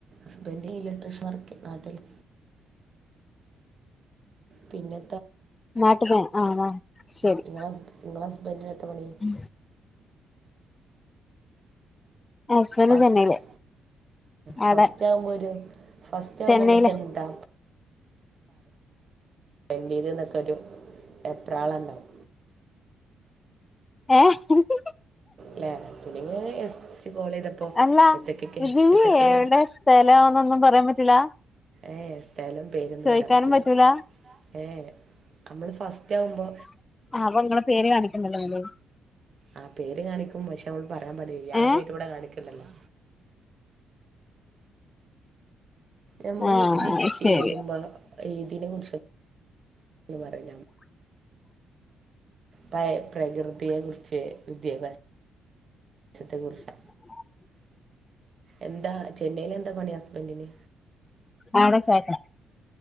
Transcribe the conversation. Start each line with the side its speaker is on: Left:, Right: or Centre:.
Right: ഹസ്ബൻഡ് ഇലക്ട്രിഷൻ വർക്ക് നാട്ടില്. പിന്നെ
Left: നാട്ട്ന്ന് ആ ആ ശരി.
Right: നിങ്ങളെ നിങ്ങളെ ഹസ്ബൻഡിനെത്ത പണി
Left: ഉം ഹസ്ബന്റ്
Right: ഫസ്റ്റ്
Left: ചെന്നൈയില്
Right: ഫസ്റ്റ്
Left: ആടെ
Right: ആവുമ്പോര് ഫസ്റ്റ് ആവുമ്പോ
Left: ചെന്നൈയില്
Right: നമുക്കെന്താ വേണ്ടീത് നിക്കരു വെപ്രാളണ്ടാവും
Left: ഏ
Right: ല്ലേ പിന്നെ എസ് സി കോൾ ചെയ്തപ്പോൾ
Left: അല്ല
Right: എത്തക്കൊക്കെ
Left: ഇതിൽ
Right: എത്തക്കെ
Left: എവിടെ സ്ഥലംന്നൊന്നും പറയാൻ പറ്റൂല?
Right: ഏഹ് സ്ഥലം, പേരൊന്നും,
Left: ചോയിക്കാനും
Right: പറയാൻ പറ്റില്ല.
Left: പറ്റൂല
Right: ഏ നമ്മള് ഫസ്റ്റ് ആകുമ്പോ
Left: <unintelligible> നിങ്ങളെ പേര് കാണിക്കണ്ടല്ലോ ഇത്ൽ
Right: ആ പേര് കാണിക്കും പക്ഷെ നമ്മള് പറയാൻ പാടില്ല. ഇയാളെ
Left: ഏ
Right: പേര് ഇവിടെ കാണിക്ക്ണ്ടല്ലോ നമ്മള്
Left: ആ
Right: ഇത് കേയരുമ്പോ
Left: ശരി
Right: ഏതിനെ കുറിച്ച് പറയില്ല പ്ര പ്രകൃതിയെ കുറിച്ച്, വിദ്യാസത്തെ കുറിച്ച്
Left: <inaudible>
Right: എന്താ ചെന്നൈയില എന്താ പണി ഹസ്ബൻ്റിന്
Left: ആവിടെച്ചയിട്ടാ